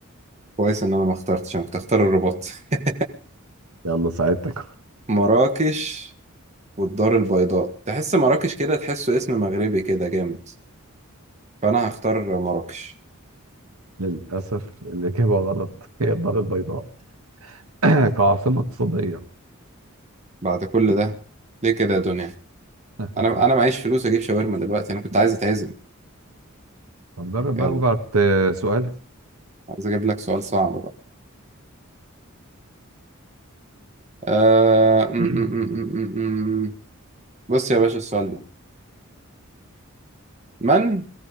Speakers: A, on the right; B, on the right.
A: كويس إن أنا ما اخترتش أنا كنت أختار الرباط <laughs>
B: يلا ساعدتك <laughs>
A: مراكش والدار البيضاء تحس مراكش كده تحسه اسم مغربي كده جامد فأنا هختار مراكش
B: للأسف الإجابة غلط هي الدار البيضاء <clears throat> كعاصمة اقتصادية
A: بعد كل ده ليه كده يا دنيا؟
B: <laughs>
A: أنا أنا معيش فلوس أجيب شاورما دلوقتي أنا كنت عايز أتعزم
B: طب جرب
A: يلا
B: بقى وابعت آه، سؤالك
A: عايز أجيب لك سؤال صعب بقى آه... م- م-
B: <clears throat>
A: م- م- م- م. بص يا باشا السؤال ده من